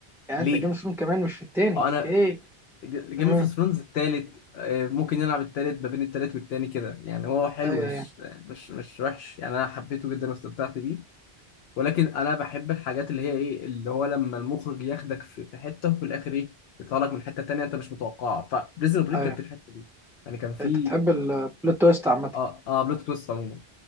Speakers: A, in the centre; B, on the left.
A: يعني
B: ليه
A: انت جيمس بوند كمان مش في التاني اوكي
B: انا جيم
A: تمام
B: اوف ثرونز التالت آه، ممكن يلعب التالت ما بين التالت والتاني كده يعني هو حلو
A: ايوه
B: مش
A: ايوه
B: مش مش وحش يعني انا حبيته جدا واستمتعت بيه ولكن انا بحب الحاجات اللي هي ايه اللي هو لما المخرج ياخدك في في حته وفي الاخر ايه يطلعك من حته تانيه انت مش متوقعها فبريزون بريك
A: ايوه
B: كان في الحته دي يعني كان في
A: انت بتحب البلوت تويست عامه
B: اه اه بلوت تويست عموما